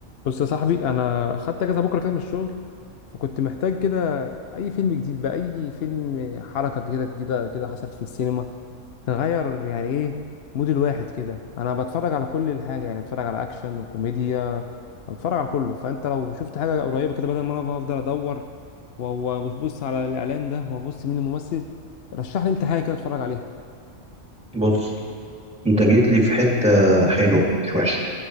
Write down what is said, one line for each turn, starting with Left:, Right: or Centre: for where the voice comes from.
Left: بص يا صاحبي انا خدت اجازه بكره كده من الشغل فكنت محتاج كده اي فيلم جديد بقى اي فيلم حركه كده جديده كده حصلت في السينما تغير يعني ايه مود الواحد كده انا بتفرج على كل الحاجه يعني بتفرج على اكشن وكوميديا بتفرج على كله فانت لو شفت حاجه قريبه كده بدل ما انا بقى افضل ادور و- و- وابص على الاعلان ده وابص مين الممثل رشح لي انت حاجه كده اتفرج عليها
Centre: بص انت جيت لي في حتة حلوة مش وحشة